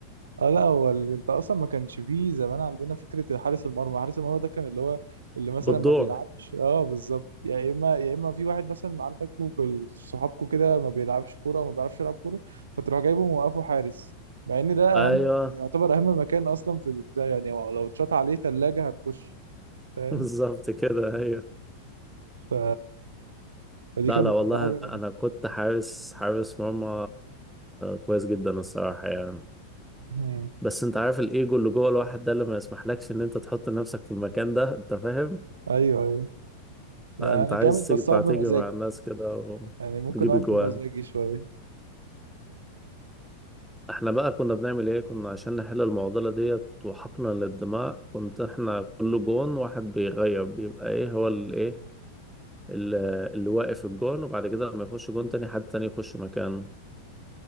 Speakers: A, on the right; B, in the centre.
A: اه لا هو ال- انت اصلا ما كانش فيه زمان عندنا فكره حارس المرمى حارس المرمى ده كان اللي هو اللي مثلا
B: بالدور
A: ما بيلعبش اه بالظبط يا اما يا اما في واحد مثلا عندكوا في ال- صحابكوا كده ما بيلعبش كوره وما بيعرفش يلعب كوره فتروح جايبه موقفه حارس مع ان ده
B: ايوه
A: اهم يعتبر اهم مكان اصلا في البتاع يعني هو لو اتشاط عليه ثلاجه هتخش فاهم
B: <laughs> بالظبط كده ايوه
A: ف... فدي
B: لا
A: كانت
B: لا
A: بتبقى
B: والله
A: حاجه
B: انا
A: غريبه
B: أنا كنت حارس حارس مرمى كويس جدا الصراحه يعني
A: مم.
B: بس انت عارف الايجو اللي جوه الواحد ده اللي ما يسمحلكش ان انت تحط نفسك في المكان ده انت فاهم
A: ايوه ايوه يعني
B: انت
A: انا
B: عايز
A: جامد بس
B: تيجي تطلع
A: اقف
B: تيجي
A: بمزاجي
B: مع الناس كده
A: يعني ممكن
B: وتجيب
A: اقف
B: اجوان
A: بمزاجي شويه
B: احنا بقى كنا بنعمل ايه كنا عشان نحل المعضله ديت وحقنا للدماء كنت احنا كل جون واحد بيغير بيبقى ايه هو الايه اللي, اللي واقف الجون وبعد كده لما يخش جون تاني حد تاني يخش مكانه